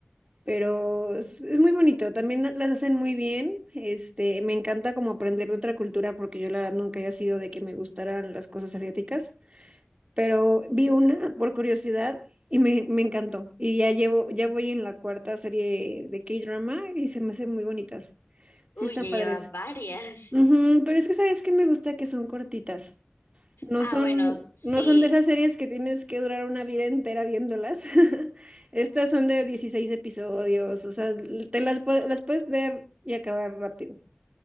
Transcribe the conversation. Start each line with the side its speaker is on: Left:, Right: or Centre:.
Right: pero es, es muy bonito, también la- las hacen muy bien, este, me encanta como aprender de otra cultura, porque yo la verdad nunca había sido de que me gustaran las cosas asiáticas pero vi una por curiosidad y me, me encantó. Y ya llevo, ya voy en la cuarta serie de K-drama y se me hacen muy bonitas. Sí
Left: Uy,
Right: están
Left: ya
Right: padres.
Left: llevas varias.
Right: Ujú, pero es que sabes que me gusta que son cortitas. No
Left: Ah,
Right: son,
Left: bueno, sí.
Right: no son de esas series que tienes que durar una vida entera viéndolas. <laughs> Estas son de 16 episodios, o sea, te las, pue- las puedes ver y acabar rápido.